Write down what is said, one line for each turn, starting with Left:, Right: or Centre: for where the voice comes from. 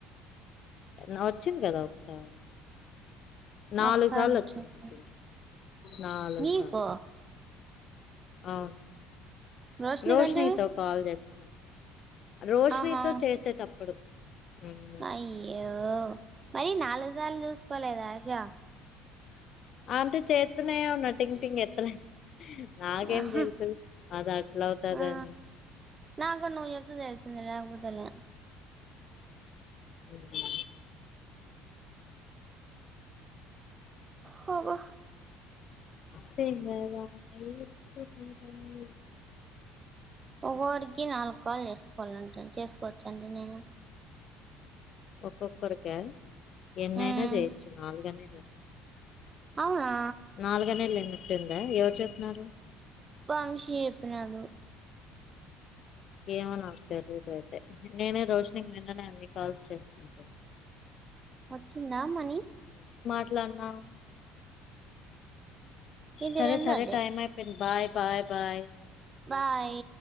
Left: నా వచ్చింది కదా ఒకసారి నాలుగు
Right: ఒకసారి
Left: సార్లు
Right: వచ్చింది
Left: వచ్చిందించి నాలుగు
Right: నీకు
Left: సార్లు ఆ
Right: రోషిని
Left: రోషినితో
Right: కంటివి
Left: కాల్ చేసిట రోషినితో
Right: ఆహా
Left: చేసేటప్పుడు ఉ
Right: అయ్యో మరి నాలుగు సార్లు చూసుకోలేదా ఆశా
Left: అంటే చేతునే ఉన్న టింగ్ టింగ్ ఎత్తనే నాకేం
Right: ఆహా
Left: తెలుసు అది అట్లా అవుతదని
Right: ఆ నాకు నువ్వు చెప్తే తెలిసింది లేకపోతేలే
Left: ఉ
Right: హాబా
Left: సింగరాయి సింగారా
Right: ఒక్కోరికి నాలుగు కాల్ చేసుకోవాలంట చేసుకోవచ్చంటనే
Left: ఒక్కొక్కరికా ఎన్నైనా
Right: మ్మ్
Left: చేయొచ్చు నాలుగనీ
Right: అవునా
Left: నాలుగనే లిమిట్ ఉందా ఎవరు చెప్పినారు
Right: వంశీ చెప్పినాడు
Left: ఏమో నాకు తెలియదు అయితే నేనే రోషినికి నిన్ననే అన్ని కాల్స్ చేస్తుం <inaudible>
Right: వచ్చిందా మని
Left: అట్లనా
Right: ఇది
Left: సరే
Right: రెండోది
Left: సరే టైమ్ అయిపోయింది బాయ్ బాయ్ బాయ్
Right: బాయ్